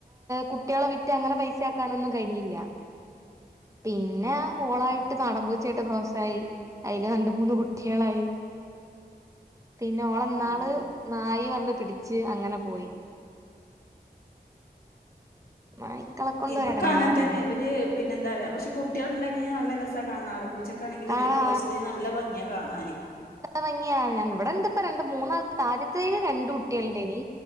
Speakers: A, on the right (about 20°); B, on the left (about 65°).
A: കുട്ടികളെ വിറ്റ് അങ്ങനെ പൈസക്ക ഒന്നും കഴിഞ്ഞില്ല പിന്നെ ഓളായിട്ട് നാടൻ ചേട്ട ക്രോസ് ആയി അതിൽ രണ്ട് മൂന്ന് കുട്ടികളായി പിന്നെ ഓളന്നാള്
B: ആ
A: നായി വന്ന് പിടിച്ച് അങ്ങനെ പോയി
B: <inaudible>
A: നായ്ക്കളെ കൊണ്ട്
B: ഇതൊക്കെ
A: ഒരെടങ്ങേറേനി
B: അങ്ങനെ തന്നെ ഇവര് പിന്നെ എന്താ പറയാ പക്ഷെ കുട്ടികൾ ഉണ്ട കഴിഞ്ഞാൽ നല്ല രസം കാണ നാട ഉച്ചക്കെ ആണെങ്കിൽ
A: കാണാ
B: ഇര് ക്രോസ് ചെയ്തിന് നല്ല ഭംഗിയാ കാണാന്
A: ഭംഗിയ ഞ ഇവിടെ ഇണ്ട് ഇപ്പ രണ്ട് മൂന്നാണ്ട് ആദ്യതേൽ രണ്ട് കുട്ടികളുഡേനി